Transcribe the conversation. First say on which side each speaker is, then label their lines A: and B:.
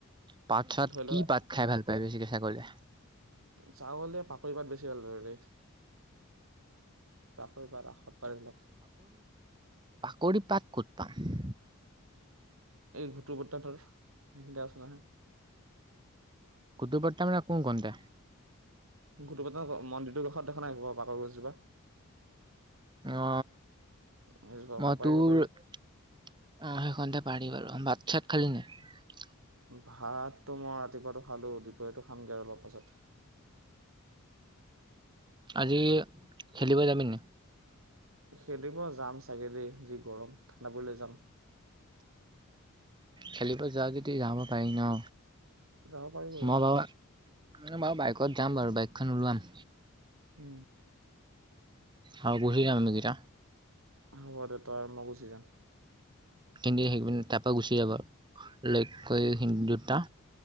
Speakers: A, on the right; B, on the right.
A: পাত চাত
B: ধৰি
A: কি
B: লোৱা
A: পাত খাই ভাল পায় বেছিকৈ ছাগলীয়ে?
B: চাউলে পাকৰি পাত বেছি ভাল হয়ৰে। <unintelligible> ৰাসত পাই এইবিলাক।
A: কৰি পাত কত পাম?
B: এই ঘুটুক হতৰ তাত সেইখিনিতে আছে নহয়।
A: কুদ পাৰট ম ন কোনটা?
B: গুটোক হতৰ মন্দিৰটোৰ কাষত দেখা নাই ক পাটৰ গছজোপা?
A: অ
B: সেইটো
A: মই
B: পাৰিব
A: তোৰ
B: পাৰি
A: অ সেইখনতে পাৰি বাৰু। ভাত চাত খালি নাই?
B: ভাতটো মই ৰাতিপুৱাটো খালো, দুপৰীয়াটো খামগে আৰু অলপ পাছত।
A: আজি খেলিব যাবি নে?
B: সেইদিন মই যাম চাগে ৰে যি গৰম ঠাণ্ডা হ'লে যাম।
A: খেলিব যোৱা যদি যাব পাৰি ন?
B: যাব পাৰি বাৰু
A: মই বাৰু মই বাইকত যাম বাৰু বাইকখন ওলোৱাম।
B: উম।
A: আৰু বহি আমিকেইটা।
B: হ'ব দে তই আৰু মই গুচি যাম।
A: কিন্তু হেৰি তাৰ পৰা গুচি যাব আৰু ল কৰি দুটা।